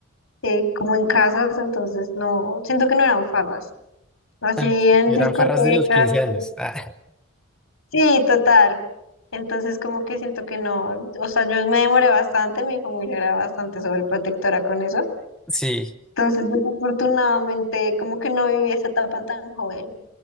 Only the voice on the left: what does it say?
eh, como en casas, entonces no, siento que no eran farras. Así
en
discotecas,
eh,
sí, total. Entonces como que siento que no, o sea, yo me demoré bastante, mi familia era bastante sobreprotectora con eso.
Entonces, desafortunadamente, como que no viví esa etapa tan joven,